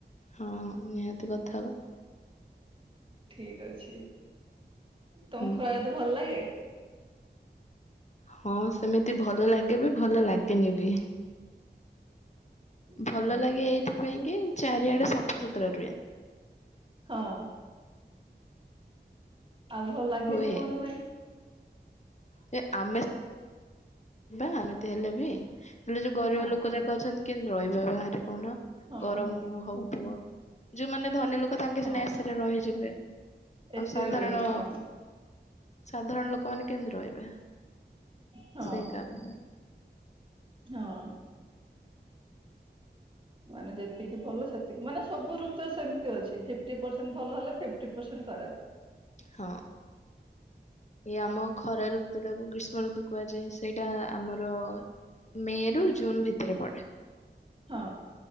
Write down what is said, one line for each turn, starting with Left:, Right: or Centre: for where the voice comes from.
Left: ହଁ! ହଁ! ନିହାତି କଥା ହେବା।
Right: ଠିକ ଅଛି, ତମକୁ
Left: ହୁଁ
Right: ଖୁଆ ରିତୁ ଭଲ ଲାଗେ?
Left: ହଁ ସେମିତି ଭଲ ଲାଗେ ବି, ଭଲ ଲାଗେନି ବି।
Right: ହଁ
Left: ଭଲ ଲାଗେ ଏଇଥିପାଇଁ କି ଚାରିଆଡେ ସଫାସୁତୁରା ରୁହେ।
Right: ହଁ! ଆଉ ଭଲ ଲାଗେନି
Left: ହୁଏ।
Right: କଣ ପାଇଁ?
Left: ଏ ଆମେ ବା ଏମିତି ହେଲେ ବି, ହେଲେ ଯୋଉ ଗରିବ
Right: ହଁ
Left: ଲୋକ ଯାକ ଅଛନ୍ତି କେମତି ରହିବେ ବାହାରେ କହୁନ।
Right: ହଁ
Left: ଗରମ
Right: ହଁ
Left: ହ ହଉଥିବ। ଯୋଉମାନେ ଧନୀ ଲୋକ ତାଙ୍କେସିନା
Right: ହଁ।
Left: ଏସି ରେ ରହିଯିବେ।
Right: ଏସିଆ
Left: ଆଉ ସାଧାରଣ,
Right: ରହିବେ ହଁ
Left: ସାଧାରଣ ଲୋକମାନେ କେମିତି ରହିବେ।
Right: ହଁ!
Left: ସେଇ କାରଣ
Right: ହଁ! ମାନେ ଯେତିକି ଭଲ ସେତିକି ମାନେ ସବୁ ଋତୁ ତ ସେମିତି ଅଛି। ଫିଫ୍ଟି ପରସେଣ୍ଟ ଭଲ ହେଲେ ଫିଫ୍ଟି ପରସେଣ୍ଟ ଖରାପ
Left: ହଁ! ଏଇ ଆମ ଖରା ଋତୁୁଟାକୁ ଗ୍ରୀଷ୍ମ ଗ୍ରୀଷ୍ମ ଋତୁ କୁହାଯାଏ। ସେଇଟା ଆମର ମେ ରୁ ଜୁନ୍ ଭିତରେ ପଡେ।
Right: ହଁ